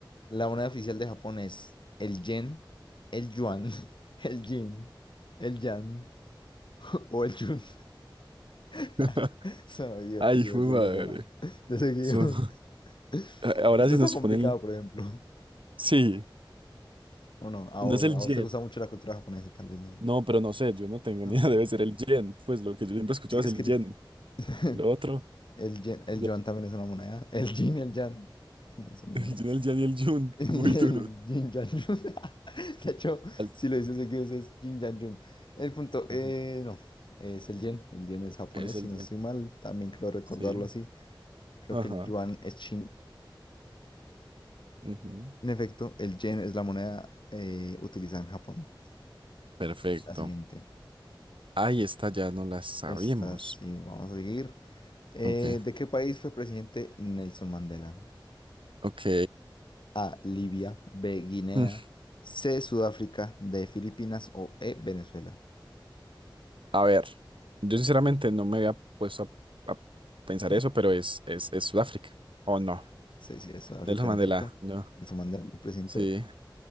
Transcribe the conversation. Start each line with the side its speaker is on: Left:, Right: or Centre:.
Left: La moneda oficial de Japón es el yen, el yuan, <laughs> el yin, el yan <laughs> o el yun. <laughs>
Right: <laughs>
Left: Suena divertido
Right: Ay, hijo
Left: decir
Right: de madre.
Left: los de la. De seguido.
Right: Son- <laughs>
Left: <laughs>
Right: Ahora
Left: Esto
Right: sí
Left: está
Right: nos
Left: complicado,
Right: ponen.
Left: por ejemplo. <laughs>
Right: Sí,
Left: O no, a
Right: no
Left: vos,
Right: es el
Left: a vos
Right: yen.
Left: te gusta mucho la cultura japonesa, tal vez no.
Right: No, pero no sé, yo no tengo
Left: No.
Right: <laughs> ni idea. Debe ser el yen. Pues lo que yo siempre escuchaba
Left: Es
Right: es el
Left: que es que
Right: yen.
Left: <laughs>
Right: Lo otro.
Left: El, yen- el
Right: ya.
Left: yuan también es una moneda. <laughs> El yin y el yang no
Right: <laughs>
Left: son
Right: El
Left: monedas.
Right: yen, el yen y el yun.
Left: <laughs> El
Right: Muy duro.
Left: yin yang yun. <laughs> De hecho,
Right: Al-
Left: si lo dices seguido es yin yang yun. El punto, eh,
Right: Ajá.
Left: no, es el yen. El yen es japonés,
Right: Es el
Left: si no
Right: yen.
Left: estoy mal. También creo recordarlo
Right: Sí.
Left: así. Creo
Right: Ajá.
Left: que el yuan es chino.
Right: Ujú.
Left: En efecto, el yen es la moneda eh, utilizada en Japón.
Right: Perfecto.
Left: La siguiente.
Right: Ahí esta ya no la sabíamos.
Left: Esta sí, vamos a seguir. Eh,
Right: Ok,
Left: ¿de qué país fue presidente Nelson Mandela?
Right: ok.
Left: A. Libia. B. Guinea.
Right: Mm,
Left: C. Sudáfrica. D. Filipinas. O E. Venezuela.
Right: A ver, yo sinceramente no me había puesto a, a pensar
Left: <laughs>
Right: eso, pero es, es, es Sudáfrica. ¿O no?
Left: Sí, sí, es Sudáfrica,
Right: Nelson Mandela,
Left: en efecto.
Right: no.
Left: El Somanda el presidente
Right: Sí.